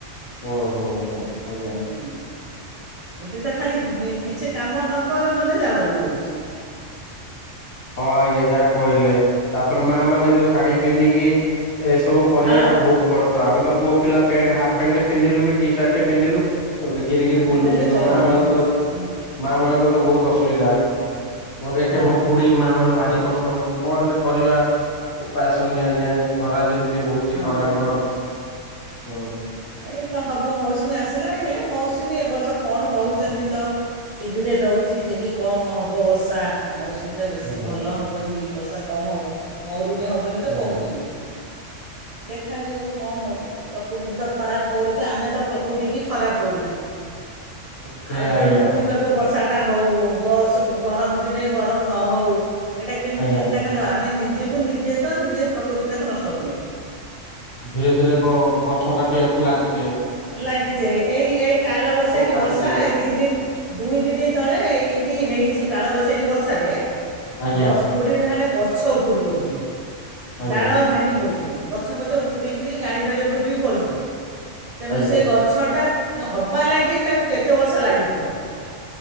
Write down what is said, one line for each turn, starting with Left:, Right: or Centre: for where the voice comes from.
Left: ହୁଁ ହୁଁ ହୁଁ ଆଜ୍ଞା।
Right: ହୁଁ ଏଠେ ତ ଖାଲି ବି କିଛି କାମ ନକର ମଧ୍ୟ ଝାଳ ବୋହିଯାଉଛି।
Left: ହଁ ଆଜ୍ଞା ଯାହା କହିଲେ ତାପରେ ମା ମାନେ ଯୋଉ ଶାଢୀ ପିନ୍ଧିକି ଏସବୁ କରିବା
Right: ହଁ
Left: ଟା ବହୁତ କଷ୍ଟ। ତ ଆମେ ତ ପୁଅ ପିଲା ପ୍ୟାଣ୍ଟ ହାଫ ପ୍ୟାଣ୍ଟ ପିନ୍ଧିଲୁ ଟି ସାର୍ଟ ପିନ୍ଧିଲୁ <unintelligible> ଘିରି ଘିରି
Right: ପିନ୍ଧିଦେଲେ
Left: ବୁଲୁଚୁ କିନ୍ତୁ
Right: ଚଳିଗଲା
Left: ମା ମାନେ
Right: ହଁ
Left: ତ
Right: ହୁଁ
Left: ମା ମାନଙ୍କ ତ ବହୁତ ଅସୁବିଧା ମୁଁ ଦେଖେ
Right: ହଁ
Left: ମୋ ଖୁଡି ମା ମାନେ ଭାରି କଷ୍ଟ କରୁଛନ୍ତି କଣ ହେଲେ କରିବା ଉପାୟ ଶୂନ୍ୟ ୟା ଖରା ଯେ ସେ ହଉଛି
Right: ହଁ
Left: ଖରା ଗରମ ହୁଁ।
Right: ଏ ତ ହବ ମୌସୁମୀ ଆସିଲା ହେଲେ ମୌସୁମୀ ଏ ବର୍ଷ କଣ? କହୁଛନ୍ତି ତ ଟିଭିରେ ଦଉଚି ଯେ କି କମ୍ ହବ ବର୍ଷା ମଉସୁ ମୀ
Left: ଆଜ୍ଞା
Right: ବେଶୀ ଭଲ ହେବନି। ବର୍ଷା କମ୍ ହେବ ମରୁଡି ହେବ ବୋଲି ତ
Left: ଆଜ୍ଞା
Right: କହୁଛନ୍ତି। ଦେଖାଯିବ କଣ ହଉଚି। ପ୍ରକୃତି ତ ଖରାପ କରୁଚି ଆମେ ତ ପ୍ରକୃତି କି ଖରାପ କରୁଚେ।
Left: ସେଇଆ
Right: ଆଉ
Left: ଆଜ୍ଞା
Right: ତେଣୁ ପୁଣି କହିବେ ବର୍ଷା ହଉ ଗ ସ ଗରମ ଦିନେ ଗରମ ନ ହଉ। ଏଇଟା କେମିତି
Left: ଆଜ୍ଞା
Right: ଚିନ୍ତା କଲେ ହେବ। ଆମେ ନିଜେକୁ ନିଜେ ତ ନିଜେ ପ୍ରକୃତିଟାକୁ ନଷ୍ଟ କଲେ।
Left: ଧୀରେ ଧୀରେ ଇ ଗଛ କାଟିବାକୁ ଲାଗିଚେ।
Right: ଲାଗିଯାଏ ଏଇ ଏଇ କାଳ ବୈଶାଖୀ
Left: କାଟିଦେଲେଣି
Right: ବର୍ଷା ଏ ଦି ଦିନ୍ ଦୁଇ ଦିନି ତଳେ ଏଇଠି ହେଇଛି କାଳବୈଶାଖୀ ବର୍ଷାରେ
Left: ଆଜ୍ଞା
Right: ଦଶ କୋଡ଼ିଏ ଟା ଖାଣ୍ଡେ ଗଛ ଉପୁଡ଼ି ପଡ଼ିଛି
Left: ଆଜ୍ଞା
Right: ଡାଳ ଭାଙ୍ଗି ପଡ଼ିଛି। ଗ ଗଛ ପଛ ଉପୁଡ଼ିକିରି ଗାଡ଼ି ଫାଡ଼ି ଉପରେ ବି ପଡ଼ିିଛି। ତେଣୁ
Left: ଆଜ୍ଞା
Right: ସେ ଗଛଟା ତ ହବା ଲାଗି ତାକୁ କେତେ ବର୍ଷ ଲାଗିଥିବ।